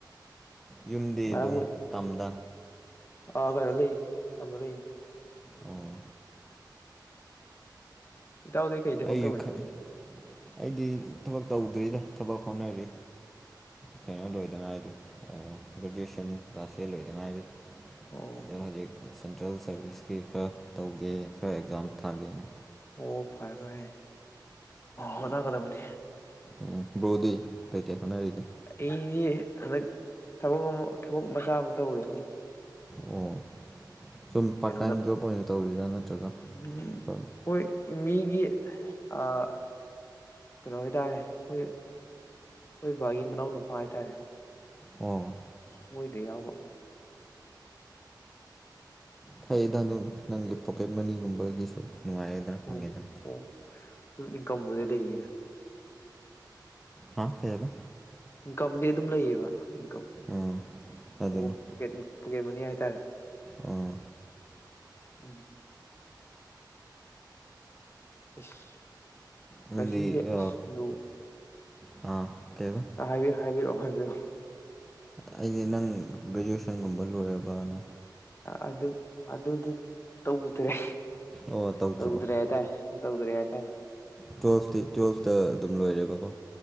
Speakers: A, in the centre; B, on the left (about 35°).
A: ꯌꯨꯝꯗꯤ
B: ꯃꯔꯛ
A: ꯑꯗꯨꯝ ꯇꯝꯗ
B: ꯑꯥ ꯀꯩꯅꯣ ꯂꯩꯌꯦ ꯇꯝꯗ ꯂꯩꯌꯦ
A: ꯑꯣ
B: ꯏꯇꯥꯎꯗꯤ ꯀꯩ ꯊꯕꯛ
A: ꯑꯩꯁꯨ
B: ꯇꯧꯋꯤꯅꯣ
A: ꯈꯛ
B: ꯎꯝ
A: ꯑꯩꯗꯤ ꯊꯕꯛ ꯇꯧꯗ꯭ꯔꯤꯗ ꯊꯕꯛ ꯍꯣꯠꯅꯔꯤ ꯀꯩꯅꯣ ꯂꯣꯏꯗ ꯉꯥꯏꯔꯤ ꯒ꯭ꯔꯦꯖꯨꯋꯦꯁꯟ ꯂꯥꯁ ꯌꯤꯢꯔ ꯂꯣꯏꯗ ꯉꯥꯏꯔꯤ
B: ꯑꯣ
A: ꯑꯗꯨꯅ ꯍꯧꯖꯤꯛ ꯁꯦꯟꯇ꯭ꯔꯦꯜ ꯁꯥꯔꯚꯤꯁꯀꯤ ꯈꯔ ꯇꯧꯒꯦ ꯈꯔ ꯑꯦꯛꯖꯥꯝ ꯊꯥꯒꯦꯅ
B: ꯑꯣ ꯐꯔꯦ ꯐꯔꯦ ꯍꯣꯠꯅꯒꯗꯕꯅꯤ
A: ꯎꯝ ꯕ꯭ꯔꯣꯗꯤ ꯀꯩꯀꯩ ꯍꯣꯠꯅꯔꯤꯒꯦ
B: ꯑꯩꯗꯤ ꯍꯟꯗꯛ ꯊꯕꯛ ꯑꯃ ꯊꯕꯛ ꯃꯆꯥ ꯑꯃ ꯇꯧꯔꯦ
A: ꯑꯣ ꯁꯨꯝ ꯄꯥꯠ
B: ꯀꯩꯅꯣꯗ
A: ꯇꯥꯏꯝ ꯖꯣꯕ ꯑꯣꯏꯅ ꯇꯧꯔꯤꯔꯥ ꯅꯠꯇ꯭ꯔꯒ
B: ꯎꯝ
A: ꯊ
B: ꯍꯣꯏ ꯃꯤꯒꯤ ꯑꯥ ꯀꯩꯅꯣ ꯍꯣꯢꯇꯥꯔꯦ ꯑꯩꯈꯣꯏ ꯑꯩꯈꯣꯏ ꯕꯥꯒꯤ ꯃꯅꯥꯎ ꯅꯨꯄꯥ ꯍꯥꯏꯇꯥꯔꯦ
A: ꯑꯣ
B: ꯃꯣꯢꯗ ꯌꯥꯎꯕ
A: ꯐꯩꯗ ꯑꯗꯨꯝ ꯅꯪꯒꯤ ꯄꯣꯀꯦꯠ ꯃꯅꯤꯒꯨꯝꯕꯒꯤꯁꯨ ꯅꯨꯡꯉꯥꯏꯔꯦꯗꯅ
B: ꯑꯣ
A: ꯐꯪꯉꯦꯗꯅ
B: ꯑꯣ ꯑꯗꯨꯝ ꯢꯟꯀꯝꯕꯨꯗꯤ ꯂꯩꯗ
A: ꯍꯥꯥ ꯀꯩꯑꯕ
B: ꯏꯟꯀꯝꯗꯤ ꯑꯗꯨꯝ ꯂꯩꯌꯦꯕ ꯏꯟꯀꯝ
A: ꯑꯥ ꯑꯗꯨꯅꯦ
B: ꯑꯣ ꯄꯣꯀꯦꯠ ꯃ ꯄꯣꯀꯦꯠ ꯃꯅꯤ ꯍꯥꯏꯇꯥꯔꯦ
A: ꯑꯣ
B: ꯎꯝ ꯢꯁ ꯉꯁꯤꯁꯦ
A: ꯅꯪꯗꯤ ꯑꯥ
B: ꯑꯁ ꯅꯣ
A: ꯑꯥ ꯀꯩꯕ
B: ꯍꯥꯏꯕꯤ ꯍꯥꯏꯕꯤꯔꯛꯑꯣ ꯍꯥꯏꯕꯤꯔꯛꯑꯣ
A: ꯑꯩꯗꯤ ꯅꯪ ꯒ꯭ꯔꯦꯖꯨꯦꯁꯟꯒꯨꯝꯕ ꯂꯣꯏꯔꯕꯅ
B: ꯑꯗꯨ ꯑꯗꯨꯗꯤ ꯇꯧꯗ꯭ꯔꯦ
A: ꯑꯣ ꯇꯧꯗ꯭ꯔꯕ
B: ꯇꯧꯗ꯭ꯔꯦ ꯍꯥꯏꯇꯥꯔꯦ ꯇꯧꯗ꯭ꯔꯦ ꯍꯥꯏꯇꯥꯔꯦ
A: ꯇꯨꯋꯦꯜꯐꯇꯤ ꯇꯨꯋꯜꯐꯇ ꯑꯗꯨꯝ ꯂꯣꯏꯔꯦꯕꯀꯣ